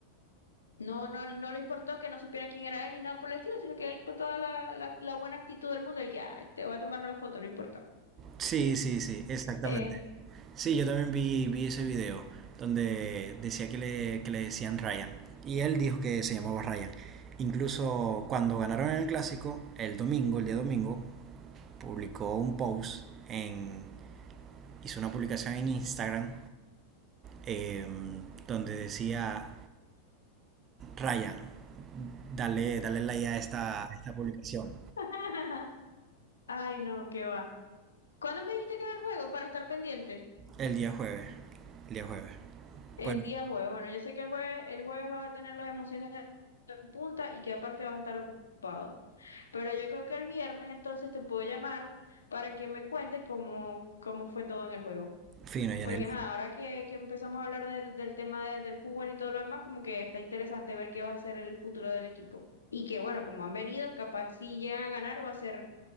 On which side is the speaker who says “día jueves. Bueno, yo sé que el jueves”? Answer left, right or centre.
Left